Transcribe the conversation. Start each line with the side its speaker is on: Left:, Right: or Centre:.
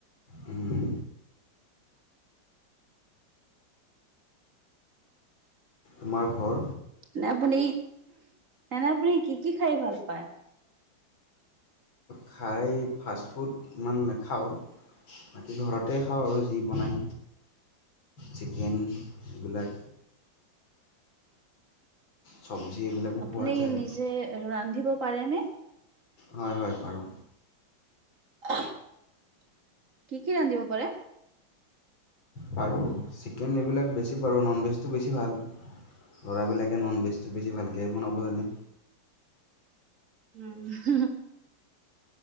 Left: উম। আমাৰ ঘৰ
Right: নে, আপুনি, এনে আপুনি, কি, কি খাই ভাল পায়।
Left: খাই, ফাষ্টফুড ইমান নাখাওঁ। বাকী ঘৰতে খাওঁ আৰু, যি বনাই। চিকেন, এইবিলাক। চব্জি এইবিলাকো
Right: আপুনি
Left: খোৱা যায়
Right: নিজে ৰান্ধিব পাৰেনে?
Left: হয় হয় পাৰোঁ।
Right: কি কি ৰান্ধিব পাৰে।
Left: বাৰু চিকেন এইবিলাক বেছি বাৰু ননভেজটো বেছি ভাল ল'ৰাবিলাকে ননভেজটো বেছি ভালকৈ বনাব জানে
Right: উ